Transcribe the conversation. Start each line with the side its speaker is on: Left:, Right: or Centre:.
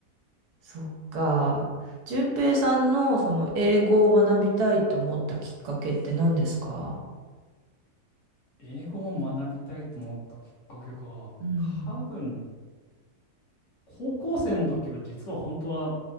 Right: そっか。淳平さんのその英語を学びたいと思ったきっかけって何ですか
Left: 英語を学びたいと思ったきっかけか。
Right: うん。
Left: 多分、高校生の時は実は本当は